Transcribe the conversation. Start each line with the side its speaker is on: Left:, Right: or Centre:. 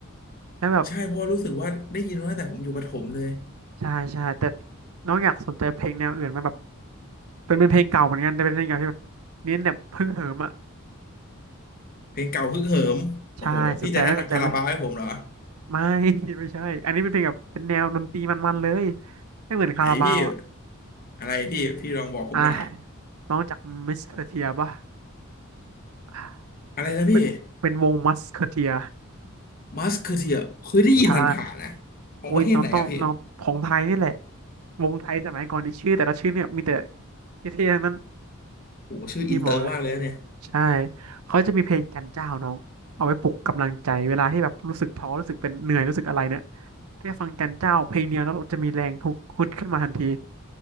Right: แล้วแบบ
Left: ใช่เพราะ่รู้สึกว่าได้ยินมาตั้งแต่ผมอยู่ประถมเลย
Right: ใช่ใช่แต่น้องอยากสนใจเพลงแนวอื่นไหมแบบเป็นเป็นเพลงเก่าเหมือนกันแต่เป็นเพลงเก่าที่แบบเน้นแบบฮึ่งเหิมอ่ะ
Left: เพลงเก่าฮึกเหิมโอ้โหพี่จะแนะนำคาราบาวให้ผมเหรอ
Right: ใช่สนใจไหมสนใจไหมไม่ <laughs> ไม่ใช่อันนี้เป็นเพลงแบบเป็นแนวดนตรีมันๆเลยไม่เหมือนคาราบาวอ่ะ
Left: ไหนพี่อะไรพี่พี่ลองบอกผมหน่อย
Right: อ่ะน้องจากมิสเคอร์เทียป่ะอ่ะ
Left: อะไรนะพี่
Right: เป็นเป็นวงมัสเคอร์เทีย
Left: มัสเคอเทียเคยได้ยินผ่านๆนะ
Right: ใช่
Left: ของประเทศไหนอะพี่
Right: โอ้ยน้องต้องน้องของไทยนี่แหละวงไทยสมัยก่อนที่ชื่อแต่ละชื่อเนี่ยมีแต่เท่ๆทั้งนั้น
Left: โอ้โหชื่ออินเตอร์มากเลยนะเนี่ย
Right: พี่บอกเลย ใช่เขาจะมีเพลงจันเจ้าน้องเอาไว้ปลุกกำลังใจเวลาที่แบบรู้สึกท้อรู้สึกเป็นเหนื่อยรู้สึกอะไรเนี่ยแค่ฟังจันเจ้าเพลงเดียวแล้วเราจะมีแรงฮึกฮึดขึ้นมาทันที